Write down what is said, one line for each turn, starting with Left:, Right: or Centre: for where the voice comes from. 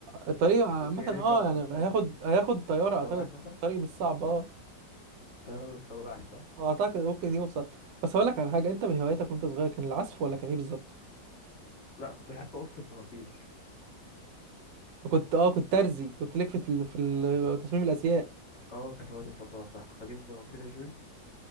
Right: الطريق عامه
Left: ممكن يركب
Right: اه يعني
Left: مثلا
Right: هياخد هياخد طياره
Left: السواح
Right: اعتقد
Left: مثلا
Right: الطريق مش صعب اه
Left: الطيارة من السواح صح
Right: اعتقد ممكن يوصل بس هقول لك على حاجه انت من هواياتك وانت صغير كان العزف ولا كان ايه بالظبط
Left: لا كنت بحب اقص البناطيل
Right: كنت اه كنت ترزي كنت ليك في ال- في ال- تصميم الازياء
Left: اه كانت هوايتي المفضلة بصراحة كنت اجيب بناطيل الجينز